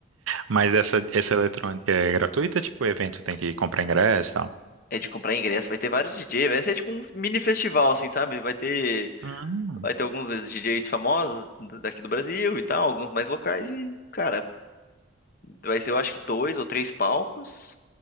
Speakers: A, on the right; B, on the left.
A: Mas essa, essa eletrônica é gratuita? Tipo, o evento tem que comprar ingresso e tal?
B: É de comprar ingresso, vai ter vários DJ, vai ser tipo um mini festival, assim, sabe? Vai ter,
A: Hum,
B: vai ter alguns DJs famosos daqui do Brasil e tal, alguns mais locais e, cara. Vai ser, eu acho que dois ou três palcos.